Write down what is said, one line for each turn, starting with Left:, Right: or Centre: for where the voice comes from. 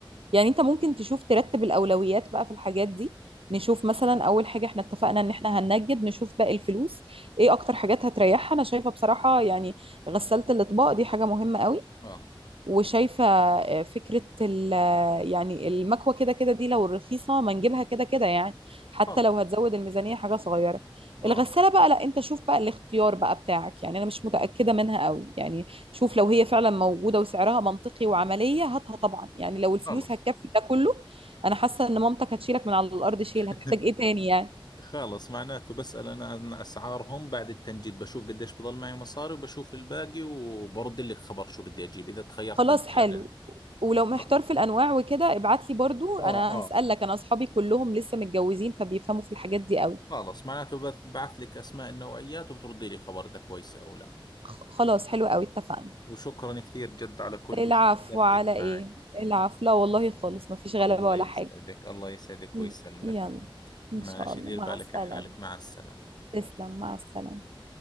Right: يعني انت ممكن تشوف ترتب الاولويات بقى في الحاجات دي نشوف مثلا اول حاجه احنا اتفقنا ان احنا هننجد نشوف باقي الفلوس ايه اكتر حاجات هتريحها انا شايفه بصراحه يعني غسالة الاطباق دي حاجه مهمه قوي
Left: آه
Right: وشايفة آه، فكرة ال يعني المكوة كده كده دي لو رخيصة ما نجيبها كده كده يعني حتى
Left: خلص
Right: لو هتزود الميزانية حاجة صغيرة
Left: آه
Right: الغسالة بقى لا انت شوف بقى الاختيار بقى بتاعك يعني انا مش متأكدة منها قوي يعني شوف لو هي فعلا موجودة وسعرها منطقي وعملية هاتها طبعا يعني لو الفلوس
Left: خلص
Right: هتكفي ده كله انا حاسة ان مامتك هتشيلك من على الارض شيل
Left: <laughs>
Right: هتحتاج ايه تاني يعني
Left: خلص معناته بسأل أنا عن أسعارهم بعد التنجيد بشوف قديش بضل معي مصاري وبشوف الباقي وبرد لك خبر شو بدي أجيب إذا تخيرت
Right: خلاص
Left: بين
Right: حلو
Left: خيارين
Right: ولو محتار
Left: خلص
Right: في الانواع وكده ابعت لي برضو
Left: اه
Right: انا
Left: اه
Right: هسألك انا اصحابي كلهم لسه متجوزين فبيفهموا في الحاجات دي قوي
Left: خلص معناته بث- بعث لك أسماء النوعيات وبتردي لي خبر إذا كويسة أو لا
Right: خ- خلاص حلو قوي اتفقنا
Left: وشكرا كثير جد على كل
Right: العفو
Left: شيء رغبتك
Right: على
Left: معي
Right: ايه العفو لا والله خالص مفيش غلبة
Left: الله
Right: ولا
Left: يسعدك
Right: حاجة
Left: الله يسعدك
Right: ي-
Left: ويسلمك
Right: يلا
Left: ماشي
Right: ان شاء الله
Left: دير
Right: مع
Left: بالك
Right: السلامة
Left: على حالك مع السلامة
Right: تسلم مع السلامة